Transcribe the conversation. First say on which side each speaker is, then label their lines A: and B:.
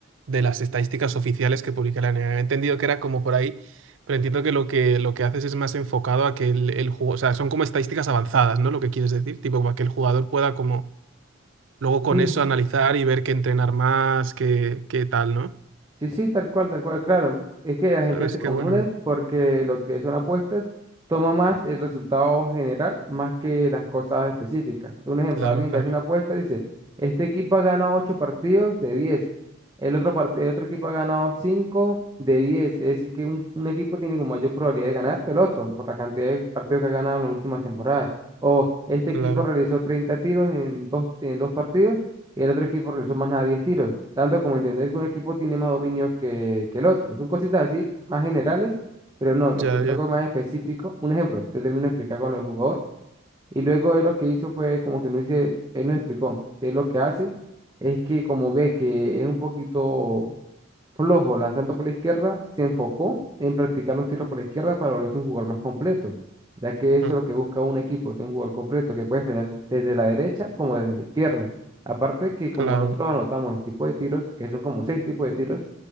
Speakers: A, on the right (about 80°); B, on the right (about 20°).
A: de las estadísticas oficiales que publica la NBA. He entendido que era como por ahí, pero entiendo que lo que, lo que haces es más enfocado a que el, el juego, o sea, son como estadísticas avanzadas, ¿no? Lo que quieres decir, tipo, para que el jugador pueda como luego con
B: sí,
A: eso analizar y ver qué entrenar más, qué, qué tal, ¿no?
B: Sí, sí, tal cual, tal cual, claro. Es que la gente
A: Es
B: se
A: que
B: confunde
A: bueno,
B: porque lo que son apuestas toma más el resultado general más que las cosas específicas. Un ejemplo,
A: claro,
B: alguien
A: claro,
B: que hace una apuesta dice, este equipo ha ganado 8 partidos de diez el otro, part- el otro equipo ha ganado 5 de diez es decir, que un, un equipo tiene como mayor probabilidad de ganar que el otro por la cantidad de partidos que ha ganado en las últimas temporadas. O este
A: claro,
B: equipo realizó 30 tiros en dos, en dos partidos y el otro equipo realizó más nada 10 tiros, tanto como entender que un equipo tiene más dominio que, que el otro. Son cositas así, más generales, pero no, lo
A: ya,
B: que yo
A: ya,
B: hago es más específico, un ejemplo, te termino de explicar con el jugador, y luego él lo que hizo fue como que no hice, él nos explicó que él lo que hace es que como ve que es un poquito Flojo lanzando por la izquierda, se enfocó en practicar los tiros por la izquierda para volverse un jugador más completo, ya que eso
A: mm,
B: es lo que busca un equipo, tener un jugador completo que puede defender desde la derecha como desde la izquierda. Aparte que como
A: claro.
B: nosotros anotamos los tipos de tiros, que son como seis tipos de tiros,